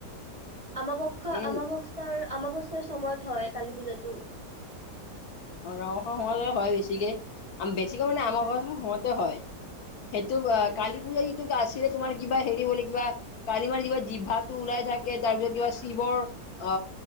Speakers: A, on the right; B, on the left.
A: আমক্ষ
B: এদিন
A: আমসস্থাৰ অমাৱস্যা সময়ত হয় কালী পূজাতো
B: গাঁৱৰ ঘৰ সময়তে হয় বেছিকে বেছিকৈ মানে
A: হয়
B: আমাৰ ঘৰ সময়তে হয় সেইটো
A: হয় হয়
B: কালী পূজা যিটো আছিলে তোমাৰ কিবা হেৰি বোলে কিবা কালিমাৰ কিবা জিভাটো ওলাই থাকে তাৰপিছত কিবা শিৱৰ অ